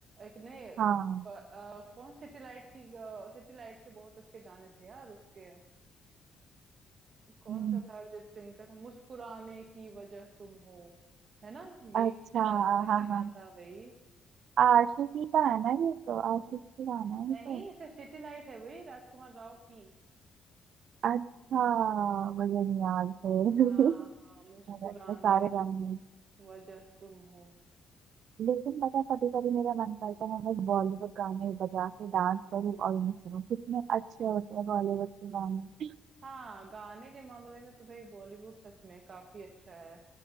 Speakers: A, on the right; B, on the right.
A: एक नए
B: हाँ
A: प- अ, कौन सिटीलाइट की सिटीलाइट के बहुत अच्छे गाने थे यार उसके कौन
B: हम्म।
A: सा था अरिजीत सिंह का मुस्कुराने की वजह तुम हो है ना ये
B: अच्छा
A: कितना अच्छा
B: हाँ
A: गाना
B: हाँ
A: था भाई
B: आशिकी का है ना ये तो आशिकी का गाना है
A: नहीं
B: ये तो
A: इसे सिटीलाइट है भाई राजकुमार राव की
B: अच्छा मुझे नहीं याद फिर
A: हाँ
B: <laughs>
A: हाँ मुस्कुराने
B: मेरा तो सारे
A: की
B: गाने नहीं
A: वजह तुम हो
B: लेकिन पता है कभी कभी मेरा मन करता है मैं बॉलीवुड गाने बजा के डांस करूँ और उन्हें सुनूं कितने अच्छे होते हैं बॉलीवुड के गाने
A: हाँ गाने के मामले में तो भाई बॉलीवुड सच में काफी अच्छा है